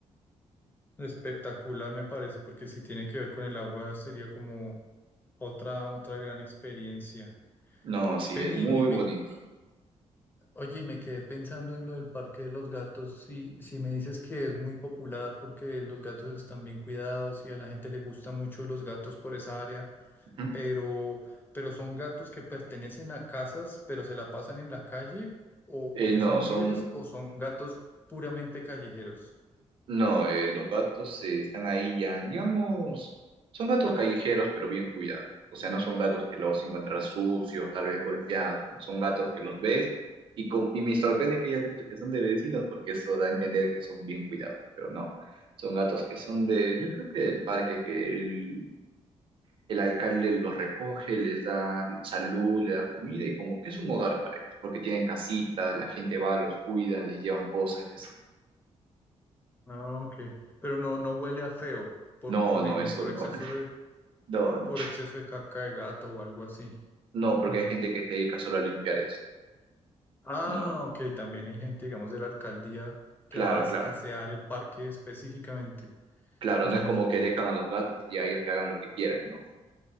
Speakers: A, on the left; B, on the right.
A: Espectacular me parece, porque si tiene que ver con el agua sería como otra, otra gran experiencia.
B: No, sí,
A: Ven
B: es
A: y,
B: muy
A: y me,
B: bonito.
A: y- oye, y me quedé pensando en lo del Parque de los Gatos. Si, si me dices que es muy popular porque los gatos están bien cuidados y a la gente le gusta mucho los gatos por esa área,
B: Ujú.
A: pero, pero son gatos que pertenecen a casas, pero se la pasan en la calle o
B: Eh,
A: porque
B: no,
A: son
B: son
A: libres o son gatos puramente callejeros.
B: No, eh, los gatos eh, están ahí ya, digamos, son gatos callejeros, pero bien cuidados. O sea, no son gatos que los vas a encontrar sucios, tal vez golpeados. no, Son gatos que los ves y, com- y me sorprende que hayas dicho que son de vecinos porque eso da a entender que son bien cuidados, pero no. Son gatos que son de, yo creo que del parque, que el, el alcalde los recoge, les da salud, les da comida y como que es un hogar para ellos, porque tienen casitas, la gente va, los cuidan, les llevan cosas y así.
A: Ah, ok. Pero no, no huele a feo por,
B: No,
A: por digamos,
B: no, eso
A: por
B: no.
A: exceso
B: <laughs>
A: de,
B: No, no.
A: por exceso de caca de gato o algo así.
B: No, porque
A: No.
B: hay gente que se dedica solo a limpiar eso.
A: Ah,
B: No,
A: ok. También hay gente, digamos, de la alcaldía
B: claro,
A: que va a as-
B: claro.
A: asear el parque específicamente.
B: Claro,
A: Ya,
B: no es como
A: ya.
B: que dejan a los gatos y a ellos que hagan lo que quieran, no.